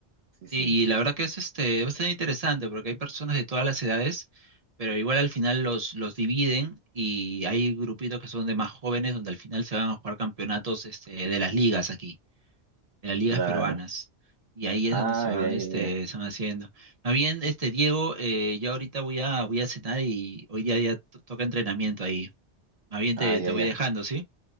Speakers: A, on the right (about 60°); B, on the right (about 40°).
A: Sí, sí,
B: Sí, y la verdad que es este bastante interesante porque hay personas de todas las edades, pero igual al final los, los dividen y hay grupitos que son de más jóvenes donde al final se van a jugar campeonatos este, de las ligas aquí, de las ligas
A: claro.
B: peruanas. Y ahí es
A: Ah,
B: donde se van,
A: ya, ya,
B: este,
A: ya.
B: se van haciendo. Más bien, este, Diego, eh, ya ahorita voy a, voy a cenar y hoy día ya to- toca entrenamiento ahí. Más bien
A: Ah,
B: te,
A: ya,
B: te voy
A: ya.
B: dejando, ¿sí?